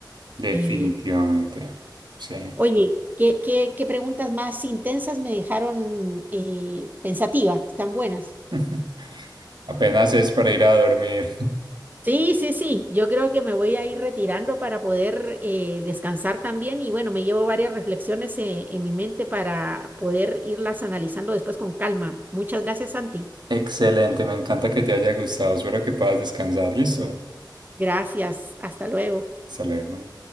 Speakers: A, on the right; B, on the right.
A: Definitivamente,
B: Eh,
A: sí.
B: Oye, ¿qué, qué, qué preguntas más intensas me dejaron eh, pensativa? Están buenas.
A: <laughs> Apenas es para ir a dormir.
B: Sí, sí, sí. Yo creo que me voy a ir retirando para poder eh, descansar también. Y bueno, me llevo varias reflexiones eh, en mi mente para poder irlas analizando después con calma. Muchas gracias, Santi.
A: Excelente, me encanta que te haya gustado. Espero que puedas descansar. Listo.
B: Gracias. Hasta luego.
A: Hasta luego.